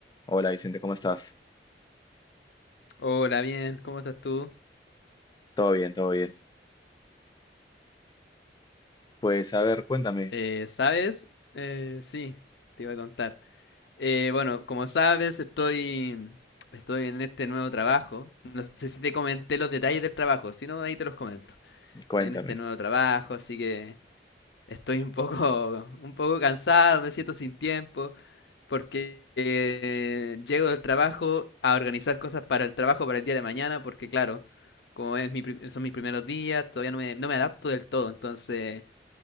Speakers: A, on the left (about 20°); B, on the left (about 75°).
A: Hola Vicente, ¿cómo estás?
B: Hola, bien, ¿cómo estás tú?
A: Todo bien, todo bien. Pues a ver, cuéntame,
B: Eh, ¿sabes? Eh, sí, te iba a contar. Eh, bueno, como sabes, estoy, estoy en este nuevo trabajo. No sé si te comenté los detalles del trabajo, si no, ahí te los comento.
A: cuéntame.
B: Estoy en este nuevo trabajo, así que estoy un <laughs> poco, un poco cansado, me siento sin tiempo, porque eh, llego del trabajo a organizar cosas para el trabajo para el día de mañana, porque claro, como es mi, pri- son mis primeros días, todavía no me, no me adapto del todo, entonces...